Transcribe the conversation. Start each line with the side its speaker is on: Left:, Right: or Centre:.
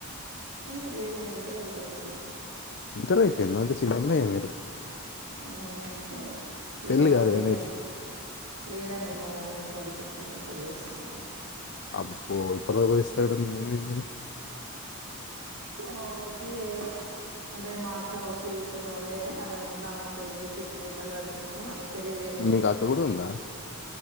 Right: లేదు లేదు నేను ఇంటర్ అయిపోయింది ఇప్పుడు
Left: ఇంటర్ అయిపోయిందా అంతే చిన్నమ్మాయి మీరు
Right: అ అంటే ఇక
Left: పెళ్లి కాలేదని
Right: పేరె లేదండి మా మమ్మీ నన్ను చదువు <unintelligible>
Left: అబ్బో ఇప్పటి దాకా <unintelligible>
Right: మా మమ్మీకి అంటే మా అక్క ఫూ కొంచెం ఉండే నాకన్నా ముందు ఆమెకి పెళ్లి చేస్తే ఇట్లనే ఇబ్బంది పడుతుందని ఆవ్ పెళ్లి చేయలే
Left: మీకు అక్క కూడా ఉందా